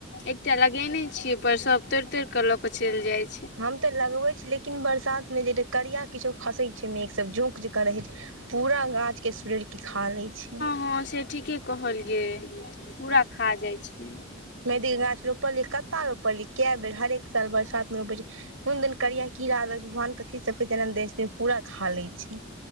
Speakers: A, on the left (about 55°); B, on the right (about 80°).
A: एकटा लगेने छियै पर सब तोड़ि -तोड़ि क लऽ कऽ चलि जाय
B: हम ते लगबै छी लेकिन बरसात मे जेे एकटा करिया किछो खसै छै ओमे एक सब जोंक जे कां रहै छै पूरा गाछ के सूरैर के खा लै छै।
A: हॅं से ठीके कहलियै पूरा खा जाइ छै।
B: मेहदी क गाछ रोपलियै कत्ता रोपलियै केए बेर हरेक साल बरसात मे रोपै छियै। कोन दैन करिया कीड़ा अबै छ भवान कथी सब के जन्म दै छथिन पूरा खा लै छै।